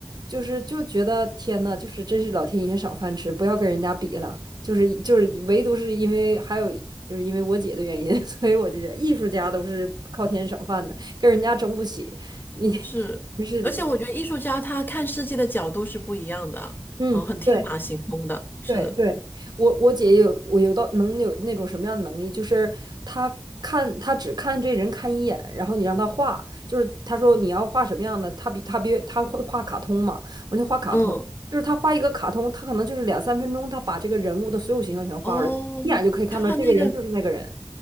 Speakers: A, on the right; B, on the left.
A: 就是就觉得天呐，就是真是老天爷赏饭吃，不要跟人家比了。就是就是，唯独是因为还有就是因为我姐的原因，<laughs> 所以我就觉得艺术家都是靠天赏饭的，跟人家争不起。你 <laughs>
B: 是，
A: 就是，
B: 而且我觉得艺术家他看世界的角度是不一样的，
A: 嗯，
B: 嗯，很天马行空的，
A: 对。
B: 是的，
A: 对对，我我姐有我有到能有那种什么样的能力，就是她看她只看这人看一眼，然后你让她画，就是她说你要画什么样的，她比她别她会画卡通嘛，我就画卡通，
B: 嗯，
A: 就是她画一个卡通，她可能就是两三分钟，她把这个人物的所有形象全画出来，
B: 哦，
A: 一眼就可以看出来这个人就是那个人。
B: 就他那个